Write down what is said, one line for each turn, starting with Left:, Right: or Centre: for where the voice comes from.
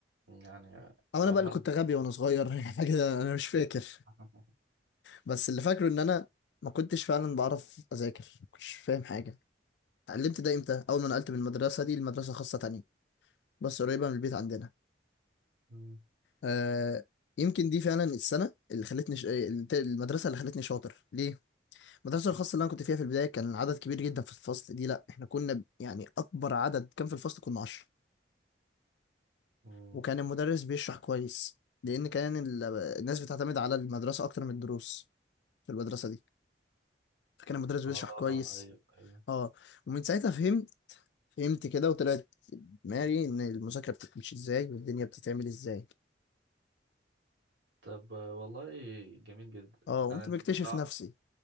Right: يعني
Left: او
Right: لو
Left: انا بقى
Right: حد
Left: اللي كنت غبي وانا صغير <laughs> حاجه انا مش فاكر
Right: <laughs>
Left: بس اللي فاكره ان انا ما كنتش فعلا بعرف اذاكر ما كنتش فاهم حاجه اتعلمت ده امتى اول ما نقلت من المدرسه دي لمدرسه خاصه تانية بس قريبه من البيت عندنا
Right: مم.
Left: آه يمكن دي فعلا السنه اللي خلتني ش... المدرسه اللي خلتني شاطر ليه المدرسه الخاصه اللي انا كنت فيها في البدايه كان العدد كبير جدا في الفصل دي لا احنا كنا يعني اكبر عدد كان في الفصل كنا 10
Right: مم.
Left: وكان المدرس بيشرح كويس لأن كان ال- الناس بتعتمد على المدرسة أكتر من الدروس في المدرسة دي فكان المدرس
Right: اه
Left: بيشرح كويس
Right: ايوه ايوه
Left: اه ومن ساعتها فهمت فهمت كده وطلعت في دماغي إن المذاكرة بتمشي إزاي والدنيا بتتعمل إزاي
Right: طب آه، والله جميل جدا
Left: اه قمت
Right: انا انت
Left: بكتشف
Right: كنت ع...
Left: نفسي